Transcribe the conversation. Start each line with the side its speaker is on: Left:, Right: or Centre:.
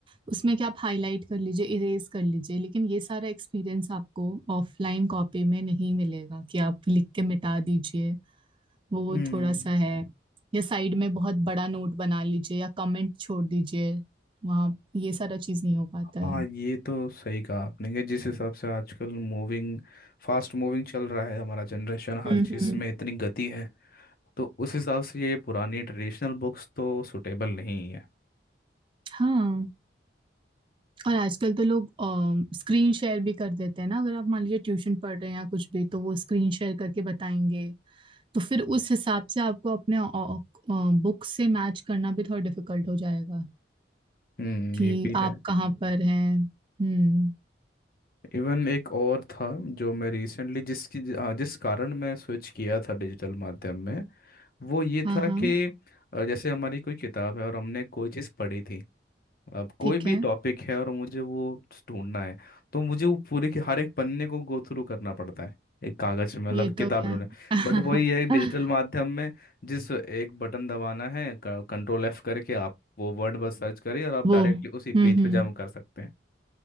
Right: उसमें क्या आप हाईलाइट कर लीजिए इरेज कर लीजिए लेकिन ये सारा एक्सपीरियंस आपको ऑफलाइन कॉपी में नहीं मिलेगा कि आप लिख के मिटा दीजिए वो
Left: हम्म
Right: थोड़ा सा है या साइड में बहुत बड़ा नोट बना लीजिए या कमेंट छोड़ दीजिए वहाँ ये सारा चीज नहीं हो पाता
Left: हाँ
Right: है
Left: ये तो सही कहा आपने कि जिस हिसाब से आजकल मूविंग फास्ट मूविंग चल रहा है हमारा जनरेशन हर
Right: हम्म
Left: चीज़
Right: हम्म
Left: में इतनी गति है तो उस हिसाब से ये पुरानी ट्रेडिशनल बुक्स तो सुटेबल नहीं है
Right: हाँ और आजकल तो लोग स्क्रीन शेयर भी कर देते हैं ना अगर आप मान लीजिए ट्यूशन पढ़ रहे हैं या कुछ भी तो वो स्क्रीन शेयर करके बताएंगे तो फिर उस हिसाब से आपको अपने बुक से मैच करना भी थोड़ा डिफिकल्ट हो जाएगा
Left: हम्म
Right: कि
Left: ये भी
Right: आप
Left: है
Right: कहाँ पर हैं हम्म
Left: इवन एक और था जो मैं रिसेंटली जिसकी ज- हाँ, जिस कारण मैं स्विच किया था डिजिटल माध्यम में वो ये
Right: हाँ
Left: था
Right: हाँ
Left: कि अ, जैसे हमारी कोई किताब है और हमने कोई चीज़ पढ़ी थी अब कोई
Right: ठीक
Left: भी
Right: है
Left: टॉपिक है और मुझे वो ढूंढना है तो मुझे वो पूरे के हर एक पन्ने को गो थ्रू करना पड़ता है एक कागज में मतलब
Right: ये
Left: किताब
Right: तो है
Left: में ढूंढना
Right: <laughs>
Left: बट वही है डिजिटल माध्यम में जिस एक बटन दबाना है कंट्रोल एफ करके आप वो वर्ड बस सर्च करिए और आप
Right: वो
Left: डायरेक्टली
Right: हम्म
Left: उसी पेज
Right: हम्म
Left: पे जंप कर सकते हैं